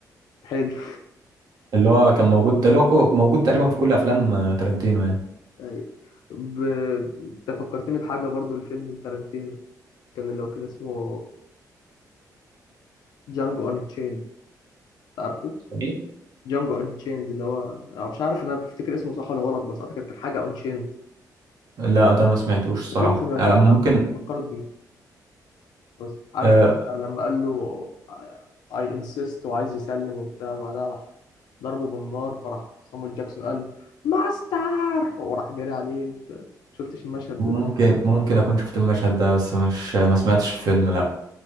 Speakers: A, on the left; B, on the right.
A: حلو
B: اللي هو كان موجود ده اللي هو كو- موجود تقريبا في كل افلام آه، تارنتينو يعني
A: <laughs> أي. ب... انت فكرتني بحاجة برضو الفيلم التارانتينو كان اللي هو كان اسمه جانجو ان تشيند عارفه
B: اسمه ايه؟
A: جانجو ان تشيند اللي هو أنا مش عارف انا بفتكر اسمه صح ولا غلط بس اعتقد كان حاجة ان تشيند
B: لا ده ما سمعتوش الصراحة
A: اكيد سمعت
B: آه،
A: انا
B: ممكن
A: هفكرك بيه بس عارف
B: آه،
A: لما قال له I insist وعايز يسلم وبتاع بعدها راح ضربه بالنار فراح صامويل جاكسون قال ماستر وراح جري عليه وبتاع. شفتش المشهد
B: ممكن
A: ده
B: ممكن اكون شفت المشهد ده بس مش ما سمعتش الفيلم لا